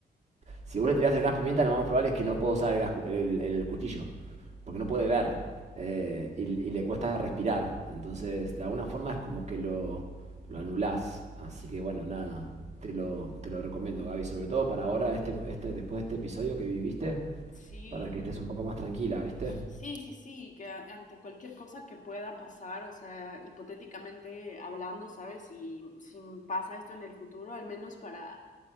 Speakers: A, on the right; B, on the left.
A: si vos le tirás el gas pimienta, lo más probable es que no pueda usar el, gas- el- el cuchillo. Porque no puede ver. eh, y, y le cuesta respirar. Entonces, de alguna forma es como que lo, lo anulás. Así que bueno, nada. Te lo, te lo recomiendo, Gaby. Sobre todo para ahora, este, este, después de este episodio que viviste.
B: Sí.
A: Para que estés un poco más tranquila, ¿viste?
B: Sí, sí, sí, que a- ante cualquier cosa que pueda pasar, o sea, hipotéticamente hablando, ¿sabes? Si, si pasa esto en el futuro, al menos para